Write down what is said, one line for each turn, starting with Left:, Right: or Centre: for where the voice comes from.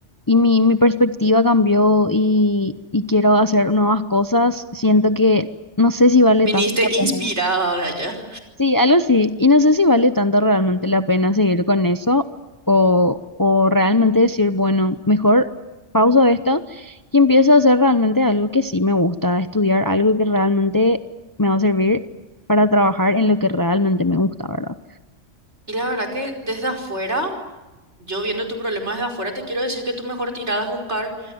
Left: y mi, mi perspectiva cambió y, y quiero hacer nuevas cosas, siento que no sé si vale
Right: Viniste
Left: tanto la
Right: inspirada
Left: pena.
Right: ahora ya.
Left: Sí, algo así. Y no sé si vale tanto realmente la pena seguir con eso o, o realmente decir, bueno, mejor pauso esto y empiezo a hacer realmente algo que sí me gusta, estudiar algo que realmente me va a servir para trabajar en lo que realmente me gusta, ¿verdad?
Right: Y la verdad que desde afuera, yo viendo tu problema desde afuera, te quiero decir que tu mejor tirada es buscar